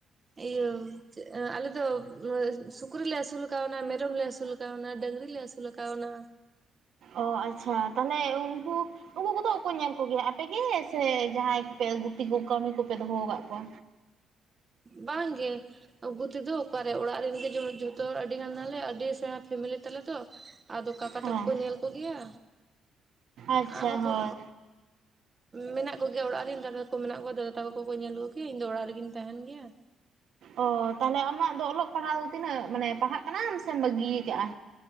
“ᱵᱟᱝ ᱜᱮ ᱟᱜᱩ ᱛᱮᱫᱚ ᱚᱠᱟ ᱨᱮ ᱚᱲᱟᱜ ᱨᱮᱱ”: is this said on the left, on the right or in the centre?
Right